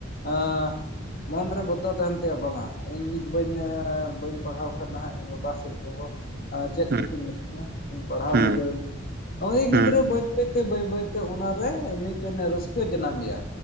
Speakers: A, on the left; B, on the right.
A: ᱟ ᱢᱚᱱ ᱨᱮ ᱵᱚᱛᱚᱨ ᱛᱟᱦᱮᱸᱱ ᱛᱟᱭᱟ ᱵᱟᱝᱼᱟ ᱤᱧ ᱧᱤᱛ ᱵᱟᱹᱧ ᱟ ᱵᱟᱹᱧ ᱯᱟᱲᱦᱟᱣ ᱟᱠᱟᱱᱟ ᱦᱟᱸᱜ ᱤᱧ ᱵᱟᱵᱟ ᱥᱮ ᱤᱧ ᱜᱚᱜᱚ ᱟ ᱪᱮᱫ
B: ᱦᱩᱸ
A: ᱪᱚᱠᱤᱱ ᱢᱤᱛᱟᱹᱧᱟ ᱤᱧ ᱯᱟᱲᱦᱟᱣ
B: ᱦᱩᱸ
A: ᱜᱮ ᱡᱟᱹᱨᱩᱲᱟ ᱩᱱᱤ ᱜᱤᱫᱽᱨᱟᱹ
B: ᱦᱩᱸ
A: ᱵᱟᱹᱭ ᱵᱟᱹᱭ ᱛᱮ ᱵᱟᱹᱭ ᱵᱟᱹᱭ ᱛᱮ ᱚᱱᱟᱨᱮ ᱢᱤᱫᱴᱮᱱ ᱮ ᱨᱟᱹᱥᱠᱟᱹ ᱡᱳᱱᱟᱱᱜᱮᱭᱟ